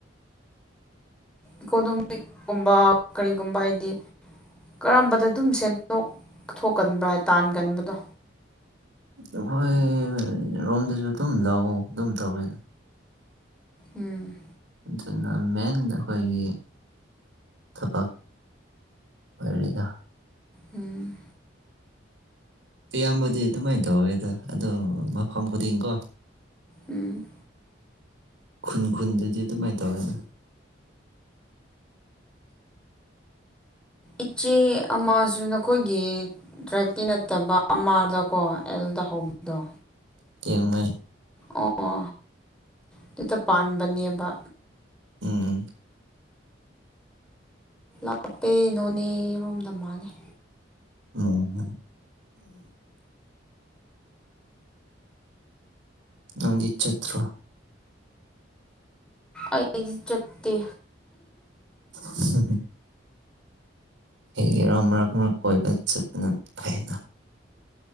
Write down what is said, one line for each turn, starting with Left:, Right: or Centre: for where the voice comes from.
Centre: ꯏꯀꯣꯗꯣꯃꯤꯛꯀꯨꯝꯕ ꯀꯔꯤꯒꯨꯝꯕ ꯍꯥꯏꯗꯤ ꯀꯔꯝꯕꯗ ꯑꯗꯨꯝ ꯁꯦꯟꯗꯣꯛ ꯊꯣꯛꯀꯟꯕ꯭ꯔ ꯍꯥꯏ ꯇꯥꯟꯒꯟꯕꯗꯣ
Right: ꯑꯩꯈꯣꯏ ꯔꯣꯝꯗꯁꯨ ꯑꯗꯨꯝ ꯂꯥꯛꯑꯣ ꯑꯗꯨꯝ ꯇꯧꯋꯦꯅ
Centre: ꯎꯝ
Right: ꯑꯗꯨꯅ ꯃꯦꯟ ꯑꯩꯈꯣꯏꯒꯤ ꯆꯐ ꯑꯣꯏ
Centre: ꯎꯝ
Right: ꯑꯌꯥꯝꯕꯗꯤ ꯑꯗꯨꯃꯥꯏꯅ ꯇꯧꯋꯦꯗ ꯑꯗꯣ ꯃꯐꯝ ꯈꯨꯗꯤꯡꯀꯣ
Centre: ꯎꯝ
Right: ꯈꯨꯟ ꯈꯨꯟꯗꯨꯗꯤ ꯑꯗꯨꯃꯥꯏꯅ ꯇꯧꯔꯅ
Centre: ꯏꯆꯦ ꯑꯃꯁꯨ ꯅꯈꯣꯏꯒꯤ ꯇ꯭ꯔꯥꯏꯞꯀꯤꯤ ꯅꯠꯇꯕ ꯑꯃꯥꯗꯀꯣ ꯑꯦꯜ ꯗꯍꯕꯗ
Right: ꯂꯦꯡꯃꯦ
Centre: ꯑꯣ ꯑꯗꯨꯇ ꯄꯥꯟꯕꯅꯦꯕ
Right: ꯎꯝ
Centre: ꯍꯥꯞꯄꯦ ꯅꯣꯅꯦꯔꯣꯝꯗ ꯃꯥꯥꯡꯉꯦ
Right: ꯎꯝ ꯅꯪꯗꯤ ꯆꯠꯇ꯭ꯔꯣ
Centre: ꯑꯩ ꯆꯠꯇ
Right: ꯍꯝ ꯍꯔ ꯑꯃꯔ ꯀꯔ ꯀꯣꯏꯕꯠ ꯆꯅ ꯊꯥꯏꯅ